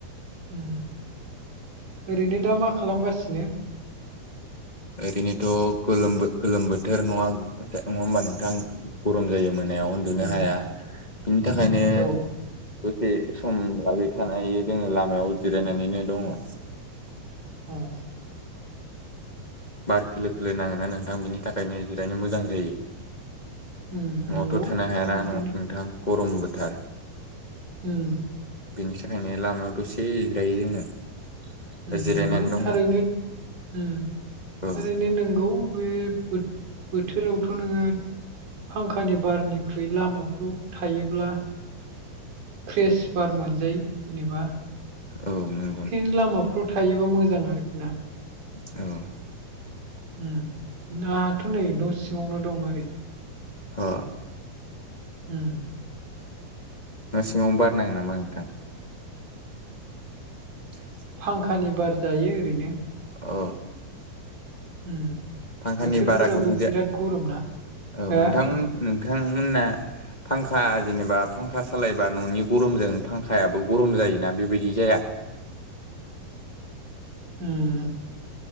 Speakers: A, on the right; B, on the left.
A: <inaudible> उम ओरैनो दा मा खालामगासिनो
B: ओरैनोथ' गोलोम गोलोम बोथोर नङा नङा होमबा नोंथां गरम जायो मोनायाव उन्दुनो
A: उम,
B: हाया बिनि थाखायनो,
A: औ
B: दसे सम लागबाय थानाय जोंङो लामायाव जिरायनानैनो दंङ।
A: उम
B: बार खोलो खोलो नाङोना नोंथां बिनि थाखायनो जिरायनो मोजां जायो।
A: उम,
B: न'आवथ'
A: नंगौ
B: थानो
A: उम,
B: हायाना
A: ओरैनो
B: न नोंथां गरम बोथार।
A: उम।
B: बेनि थाखायनो लामायाव दसे जिरायो जोङो। दा
A: ओम
B: जिरायनानै
A: नोंगौ
B: दङ
A: थारैनो, ओम
B: औ
A: थारैनो नों गौ बे बो-बोथोरावथ' नोङो फांखानि बारनिख्रुइ लामाफ्राव थायोब्ला फ्रेस बार मोनजायो जेनेबा।
B: औ नो
A: बेखायनो लामाफ्राव थायोबा मोजां आरोखि ना।
B: औ
A: उम दाथ' नै न' सिङावनो दं ओरै।
B: अ
A: उम।
B: न' सिङावबो बार नाङो नामा नोंथां? <unintelligible>
A: फांखानि बार जायो ओरैनो।
B: अ
A: ओम
B: फांखानि
A: बोथोरफोराबो
B: बारा गुदुं जाया
A: बिराद गरम ना
B: औ
A: हो?
B: नोंथांमोन नोंथांमोनना फांखा जेनेबा फांखा सालायबा न'नि गरमजों फांखायाबो गरम जायोना बेबायदि जाया?
A: ओम